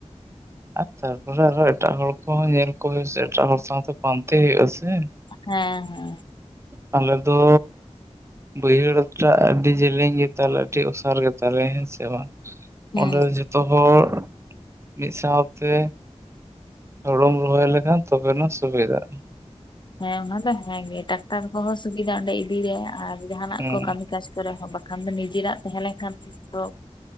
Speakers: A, on the right (about 25°); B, on the left (about 40°).
A: ᱟᱨ ᱛᱟᱨᱯᱚᱨᱮ ᱟᱨᱚ ᱮᱴᱟᱜ ᱦᱚᱲ ᱠᱚᱦᱚᱸ ᱧᱮᱞ ᱠᱚᱵᱮᱱ ᱥᱮ, ᱮᱴᱟᱜ ᱦᱚᱲ ᱥᱟᱶᱛᱮ ᱯᱟᱱᱛᱮ ᱦᱩᱭᱩᱜᱼᱟ ᱥᱮ?
B: ᱦᱮᱸ ᱦᱮᱸ᱾
A: ᱟᱞᱮ ᱫᱚ ᱵᱟᱹᱭᱦᱟᱹᱲ ᱴᱟᱜ ᱟᱹᱰᱤ ᱡᱮᱞᱮᱧ ᱜᱮᱛᱟᱞᱮ ᱟᱹᱰᱤ ᱚᱥᱟᱨ ᱜᱮᱛᱟᱞᱮᱭᱟ, ᱦᱮᱸ ᱥᱮ ᱵᱟᱝ?
B: ᱦᱮᱸ
A: ᱚᱸᱰᱮ ᱡᱷᱚᱛᱚ ᱦᱚᱲ ᱢᱤ ᱥᱟᱶᱛᱮ ᱦᱩᱲᱩᱢ ᱨᱚᱦᱚᱭ ᱞᱮᱠᱷᱟᱱ ᱛᱚᱵᱮᱱᱟ ᱥᱩᱵᱤᱫᱷᱟᱜᱼᱟ᱾
B: ᱦᱮᱸ ᱚᱱᱟ ᱫᱚ ᱦᱮᱸᱜᱮ, ᱴᱟᱠᱴᱟᱨ ᱠᱚᱦᱚᱸ ᱥᱩᱵᱤᱫᱟ ᱚᱸᱰᱮ ᱤᱫᱤ ᱨᱮ ᱟᱨ ᱡᱟᱦᱟᱱᱟᱜ
A: ᱦᱩᱸ
B: ᱠᱚ ᱠᱟᱹᱢᱤ ᱠᱟᱡ ᱠᱚᱨᱮ ᱦᱚᱸ ᱵᱟᱠᱷᱟᱱ ᱫᱚ ᱱᱤᱡᱮᱨᱟᱜ ᱛᱟᱦᱮᱸ ᱞᱮᱱᱠᱷᱟᱱ ᱛᱚ